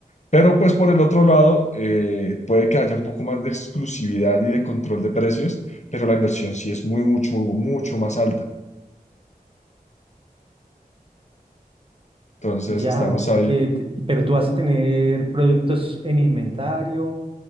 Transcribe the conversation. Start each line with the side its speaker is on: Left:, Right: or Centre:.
Left: Pero pues por el otro lado, eh, puede que haya un poco más de exclusividad y de control de precios, pero la inversión sí es muy, mucho, mucho más alta. Entonces
Right: Ya,
Left: estamos
Right: o sea
Left: ahí.
Right: que, te- pero tú vas a tener productos en inventario